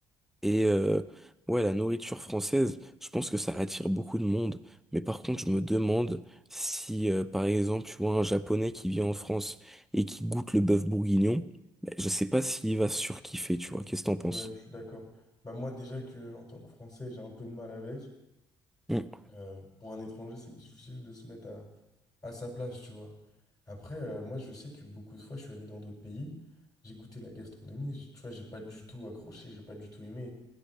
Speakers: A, in the centre; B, on the left.
A: Et euh, ouais, la nourriture française, je pense que ça attire beaucoup de monde. Mais par contre, je me demande si, euh, par exemple, tu vois un Japonais qui vient en France et qui goûte le bœuf bourguignon, ben, je sais pas s'il va surkiffer, tu vois. Qu'est-ce que t'en penses?
B: Ouais, je suis d'accord. Bah moi déjà que en tant que Français, j'ai un peu de mal avec.
A: Mm.
B: Euh, pour un étranger, c'est difficile de se mettre à, à sa place, tu vois. Après, euh, moi, je sais que beaucoup de fois, je suis allé dans d'autres pays, j'ai goûté la gastronomie, j'ai- tu vois, j'ai pas du tout accroché, j'ai pas du tout aimé.